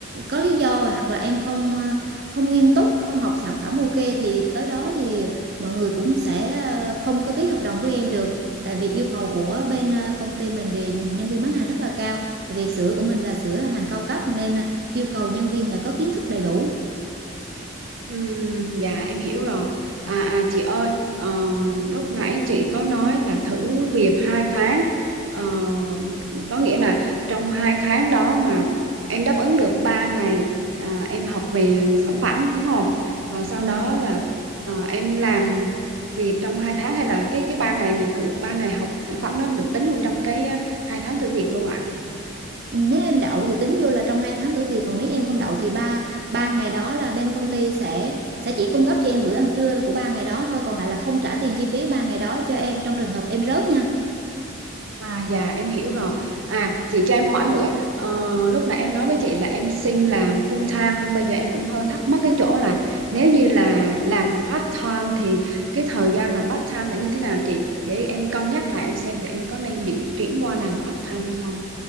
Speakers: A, on the right; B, on the right.
A: có lý do và hoặc là em không à, không nghiêm túc không học sản phẩm ok thì tới đó thì mọi người cũng sẽ ờ, không có ký hợp đồng với em được tại vì yêu cầu của bên ờ, công ty mình về nhân viên bán hàng rất là cao tại vì sữa của mình là sữa hàng cao cấp nên ờ, yêu cầu nhân viên phải có kiến thức đầy đủ
B: Ừm, dạ em hiểu rồi. À, à chị ơi, ờ, lúc nãy chị có nói là thử việc hai tháng. Ờ, có nghĩa là trong hai tháng đó mà em đáp ứng được 3 ngày à, em học về sản phẩm đúng không? Rồi sau
A: ừ.
B: đó là ờ, em làm việc trong hai tháng hay là cái cái ba ngày thử ba ngày học sản phẩm nó được tính vô trong cái ờ, hai tháng thử việc luôn ạ?
A: nếu em đậu thì tính vô là trong hai tháng tử việc còn nếu em không đậu thì ba ba ngày đó là bên công ty sẽ sẽ chỉ cung cấp cho em bữa ăn trưa của ba ngày đó thôi còn lại là không trả tiền chi phí ba ngày đó cho em trong trường hợp em rớt nha
B: À, dạ em hiểu rồi. À chị cho em hỏi nữa. Ờ, lúc nãy em nói với chị là em xin làm full time nhưng bây giờ em cũng hơi thắc mắc cái chỗ là nếu như là làm part time thì cái thời gian làm part time sẽ như thế nào chị? Để em cân nhắc lại em xem thì em có nên đi chuyển qua làm part time hay không.